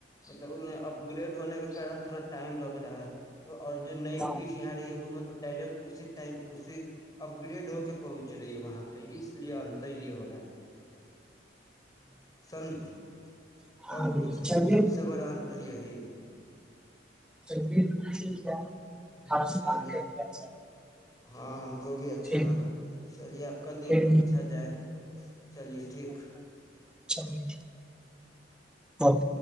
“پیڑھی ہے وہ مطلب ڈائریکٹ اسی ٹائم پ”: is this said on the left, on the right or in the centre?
Left